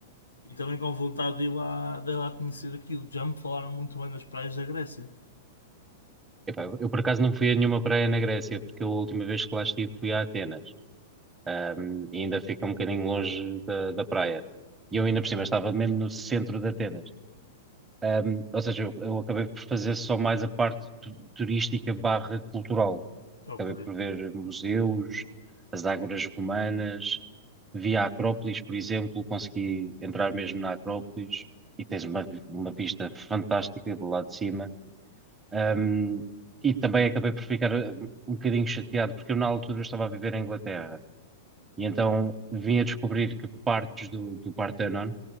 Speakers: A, on the left (about 80°); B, on the right (about 15°).
A: e também com vontade de ir lá, de ir lá conhecer aquilo. Já me falaram muito bem das praias da Grécia.
B: Epá, eu eu por acaso não fui a nenhuma praia na Grécia, porque eu, a última vez que lá estive fui a Atenas. um, e ainda fica um bocadinho longe da, da praia. E eu ainda por cima estava mesmo no centro de Atenas. Um, ou seja, eu, eu acabei por fazer só mais a parte tu- turística barra cultural.
A: Ok.
B: Acabei por ver museus, as ágoras romanas, vi a Acrópolis, por exemplo, consegui entrar mesmo na Acrópolis e tens uma, vi- uma vista fantástica do lado de cima. Um, e também acabei por ficar uh, um bocadinho chateado, porque eu na altura estava a viver em Inglaterra e então vim a descobrir que partes do, do Partenon,